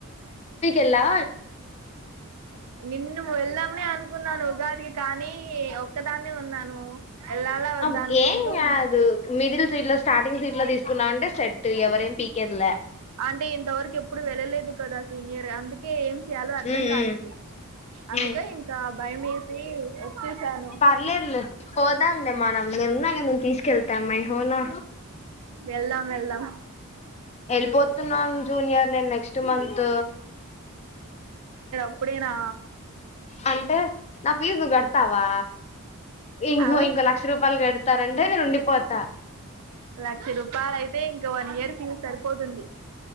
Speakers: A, on the left; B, on the right.
A: ఎలా
B: నిన్న ఎల్లమ్నే అ అనుకున్నాను ఉగాదికి కానీ ఒక్కదాన్ని ఉన్నాను ఎల్లాల వద్దా
A: అబ్
B: అనుకుంటూ
A: ఏం కాదు
B: ఉన్నా
A: మిడిల్ సీట్ లో స్టార్టింగ్ సీట్ లో తీసుకున్నామంటే సెట్టు ఎవరే ఏం పీకేదిలే
B: అంటే ఇంతవరకు ఎప్పుడు వెళ్ళలేదు కదా సీనియర్ అందు అకే ఏం చేయాలో అర్థం
A: ఉమ్
B: కాలేదు
A: ఉమ్
B: అందుకే
A: ఉమ్
B: ఇంకా భయం వేసి వచ్చేసాను
A: పర్లేదులే పోదాంలే మనం నిన్న నేను తీసుకెళ్తా మై అవునా
B: వెళ్లాం వెళ్ళాం
A: వెళ్ళిపోతున్నాను జూనియర్ నేను నెక్స్ట్ మంత్
B: ప్పుడేనా
A: అంటే నా ఫీజు నువ్వు గడతావా ఇంకో
B: అలా
A: ఇంకో
B: రూ.
A: లక్ష రూపాయలు గడతారంటే నేను ఉండిపోతా
B: లక్ష రూపాయల అయితే ఇంకా వన్ ఇయర్ ఫీజు సరిపోతుంది